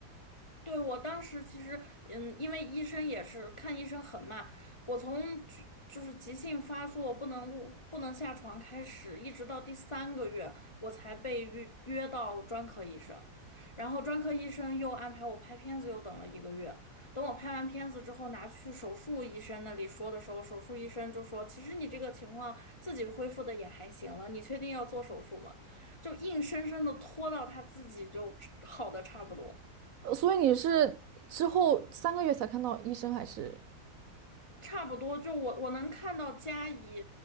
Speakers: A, on the left (about 40°); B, on the right (about 65°).
A: 对，我当时其实，嗯，因为医生也是看医生很慢，我从急就是急性发作不能不能下床开始，一直到第三个月，我才被约约到专科医生，然后专科医生又安排我拍片子，又等了一个月。等我拍完片子之后，拿去手术医生那里说的时候，手术医生就说：“其实你这个情况自己恢复的也还行了，你确定要做手术吗？”就硬生生的拖到他自己就好的差不多。
B: 呃所以你是之后三个月才看到医生，还是？
A: 差不多，就我我能看到佳怡